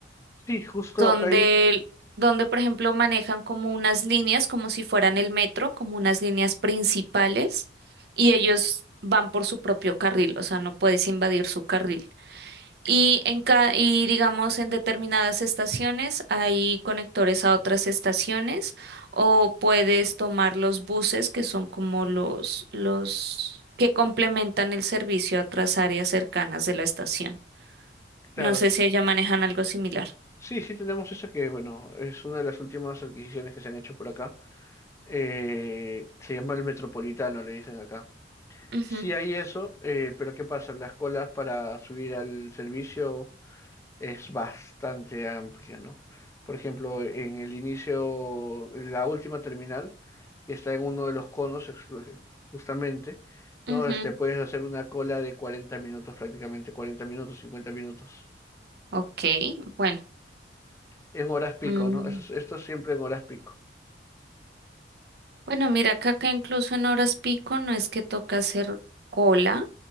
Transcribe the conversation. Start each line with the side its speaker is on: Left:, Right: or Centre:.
Left: Sí, justo
Right: donde,
Left: acá hay,
Right: donde por ejemplo manejan como unas líneas, como si fueran el metro, como unas líneas principales, y ellos van por su propio carril, o sea, no puedes invadir su carril. Y, en ca- y digamos, en determinadas estaciones hay conectores a otras estaciones o puedes tomar los buses que son como los, los que complementan el servicio a otras áreas cercanas de la estación.
Left: claro,
Right: No sé
Left: s-
Right: si allá manejan algo similar.
Left: sí, sí tenemos eso que, bueno, es una de las últimas adquisiciones que se han hecho por acá. Eh, se llama el Metropolitano, le dicen acá.
Right: Ujú,
Left: Sí hay eso, eh, pero ¿qué pasa? Las colas para subir al servicio es bastante amplia, ¿no? Por ejemplo, en el inicio, la última terminal, que está en uno de los conos, exclu- eh, justamente, ¿no?
Right: ujú.
Left: Este, puedes hacer una cola de 40 minutos prácticamente, 40 minutos, 50 minutos,
Right: Ok, bueno.
Left: en horas pico,
Right: mm,
Left: ¿no? Eso, es- esto es siempre en horas pico.
Right: Bueno, mira acá que incluso en horas pico no es que toca hacer cola.